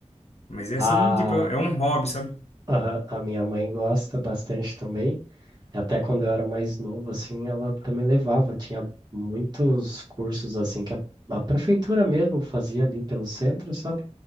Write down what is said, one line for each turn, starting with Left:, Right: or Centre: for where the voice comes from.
Left: mas é
Right: A,
Left: assim, tipo, é um hobby, sabe?
Right: aham, a minha mãe gosta bastante também. Até quando eu era mais novo, assim, ela também levava. Tinha muitos cursos, assim, que a, a prefeitura mesmo fazia ali pelo centro, sabe?